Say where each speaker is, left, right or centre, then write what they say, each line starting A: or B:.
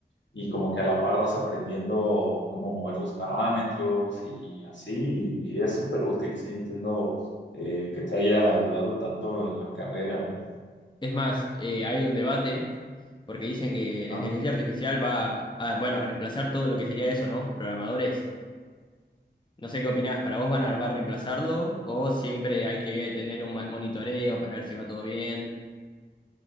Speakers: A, on the left (about 80°); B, on the left (about 25°).
A: y como que a la par vas aprendiendo cómo mover los parámetros y así, y, y es súper útil, sí, entiendo eh, que te haya ayudado tanto en la carrera, ¿no?
B: Es más, eh, hay un debate porque dicen que
A: Ajá.
B: la inteligencia artificial va a, bueno, a reemplazar todo lo que sería eso, ¿no? Programadores. No sé qué opinás, ¿para vos van a, va a reemplazarlo o siempre hay que tener un ma- monitoreo para ver si va todo bien?